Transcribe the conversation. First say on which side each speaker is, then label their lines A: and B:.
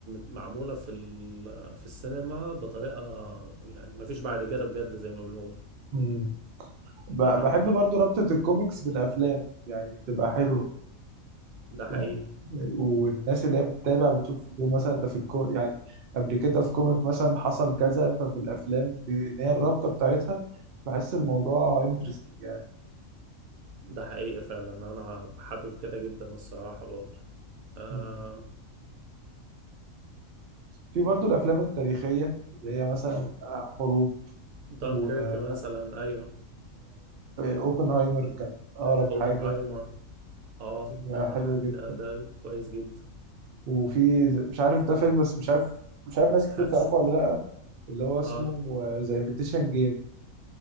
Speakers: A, on the right; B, on the right.
A: معمولة في ال- في السينما بطريقة يعني مفيش بعد كده بجد زي ما بنقول
B: مم. ب-
A: يعني
B: بحب برضو ربطه الكوميكس بالافلام يعني بتبقى حلوه
A: ده حقيقي
B: يعني والناس اللي هي بتتابع بتشوف بتقول مثلا ده في الكو يعني قبل كده في كوميك مثلا حصل كذا ففي الافلام ب- ان هي الرابطه بتاعتها بحس الموضوع انترستنج يعني
A: ده حقيقي فعلا انا حابب كده جدا الصراحة برضه آه
B: مم. في برضو الافلام التاريخيه اللي هي مثلا آه، حروب
A: دانكيرك
B: والافلام
A: مثلا ايوه
B: اوبنهايمر كان اقرب
A: اوبنهايمر
B: حاجه
A: اه
B: فيلم
A: ده
B: حلو جدا
A: ده ده كويس جدا
B: وفي ز- مش عارف ده فيلم بس مش عارف مش عارف ناس كتير
A: هاكسو
B: تعرفه ولا لا اللي هو اسمه
A: اه
B: زي ميتيشن جيم